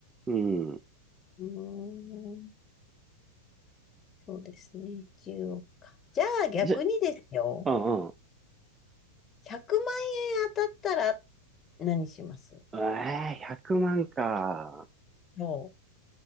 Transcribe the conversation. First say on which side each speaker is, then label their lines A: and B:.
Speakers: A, on the right; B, on the left.
A: うん。
B: うーん。そうですね。10億か。じゃあ逆にですよ。
A: じゃ、うんうん。
B: 100万円当たったら何します
A: ええ100万か。
B: そう。